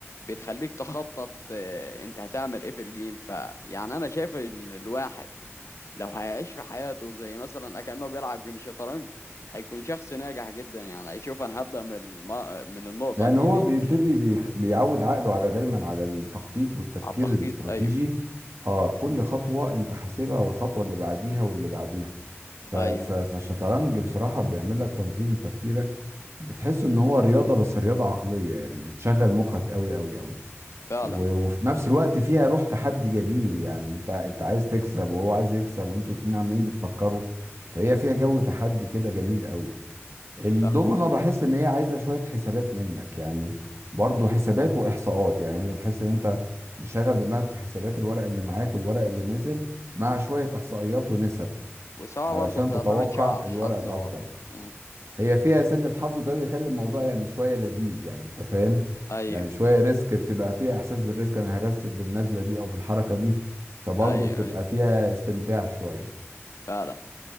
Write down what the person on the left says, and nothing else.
بتخليك تخطط آه، انت هتعمل ايه في الجيم فيعني انا شايف ان الواحد لو هيعيش في حياته زي مثلا أكأنه بيلعب جيم شطرنج هيكون شخص ناجح جدا يعني هيشوف أنا هبدأ من الم... من النقطة
دي
دي
على التخطيط
أيوه
أيوه
فعلا
فعلا
والسواقة
برضه بتعتمد
شوية على الحظ
برضه مم.
أيوه
أيوه
أيوه
فعلا